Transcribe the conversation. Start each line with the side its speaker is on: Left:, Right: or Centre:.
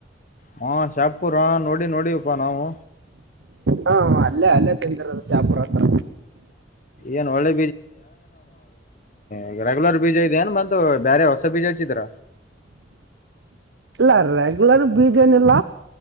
Left: ಹ ಶಾಹಪುರ್. ನೋಡಿ ನೋಡವಿ ಪಾ ನಾವು
Right: ಹಾ ಅಲ್ಲೇ ಅಲ್ಲೇ ತಂದಿರದು ಶಾಹಾಪುರ್ ಹತ್ರ
Left: ಏನ್ ಒಳ್ಳೆ ಈಗ ರೆಗ್ಯುಲರ್ ಬೀಜ ಇದೇ ಏನ್ ಮತ್ತ ಬೇರೆ ಹೊಸ ಬೀಜ ಅಂತಿದ್ರ
Right: ಇಲ್ಲ ರೆಗ್ಯುಲರ್ ಬೀಜ ಏನಿಲ್ಲ.